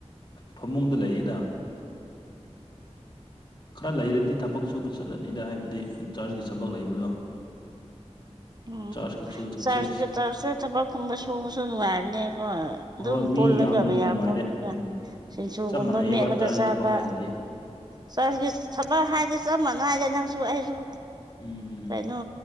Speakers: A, on the left; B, on the right.
A: ꯐꯃꯨꯡꯗ ꯂꯩꯌꯦꯗ ꯈꯔ ꯂꯩꯔꯗꯤ ꯊꯕꯛ ꯁꯨꯕ ꯆꯠꯂꯅꯤꯗ ꯍꯥꯏꯕꯗꯤ ꯆꯥꯔꯖꯀꯤ ꯊꯕꯛ ꯂꯩꯕꯗꯣ
B: ꯎꯝ
A: ꯆꯥꯔꯖꯀꯤꯁꯨ ꯊꯣꯡꯁꯤ
B: ꯆꯔ ꯆꯔꯖ ꯊꯕꯛꯀꯨꯝꯕ ꯁꯨꯕꯁꯨ ꯅꯨꯡꯉꯥꯏꯕꯅꯦꯀꯣ ꯑꯗꯨꯝ
A: ꯍꯣꯏ ꯃꯤ
B: ꯄꯨꯜꯂꯒ
A: ꯌꯥꯝꯕꯗꯤ
B: ꯃꯌꯥꯝ
A: ꯅꯨꯡꯉꯥꯏꯔꯦ
B: ꯄꯨꯜꯂꯒ
A: ꯎꯝ
B: ꯁꯤꯡꯁꯨꯨꯒꯨꯝꯕ
A: ꯆꯞ ꯃꯥꯟꯅꯩꯌꯦꯕ
B: ꯃꯦꯠꯂꯒ
A: ꯆꯥꯔꯖꯀꯤ
B: ꯆꯥꯕ
A: ꯊꯕꯛ ꯍꯥꯏꯔꯗꯤ
B: ꯆꯔꯖꯒꯤ ꯊꯕꯛ ꯍꯥꯏꯗꯤ ꯆꯞ ꯃꯥꯟꯅꯩꯗ ꯅꯪꯁꯨ ꯑꯩꯁꯨ
A: ꯎꯝ
B: ꯀꯩꯅꯣ